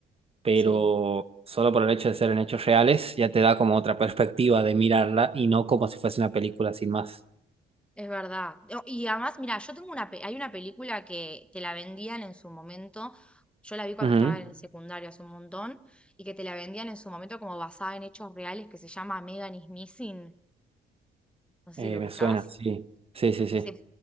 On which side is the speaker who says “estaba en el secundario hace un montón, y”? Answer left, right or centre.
Centre